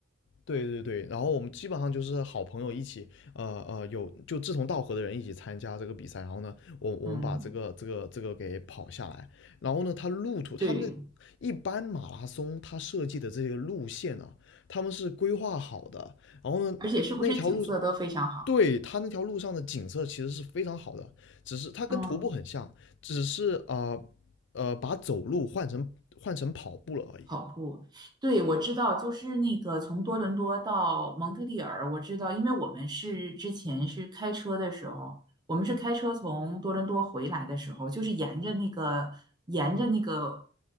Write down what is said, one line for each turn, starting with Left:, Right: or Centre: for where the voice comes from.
Left: 对对对，然后我们基本上就是好朋友一起，呃呃，有就志同道合的人一起参加这个比赛，然后呢，我我们把这个这个这个给跑下来，
Right: 嗯，
Left: 然后呢，他路途，他们的一般马拉松它设计的这些路线啊，
Right: 对，
Left: 他们是规划好的，然后呢，
Right: 而且是不是景色都非常好？
Left: 那条路，对，它那条路上的景色其实是非常好的，只是它跟徒步很像，
Right: 嗯，
Left: 只是呃呃把走路换成换成跑步了而已。
Right: 跑步，对，我知道，就是那个从多伦多到蒙特利尔，我知道，因为我们是之前是开车的时候，我们是开车从多伦多回来的时候，就是沿着那个沿着那个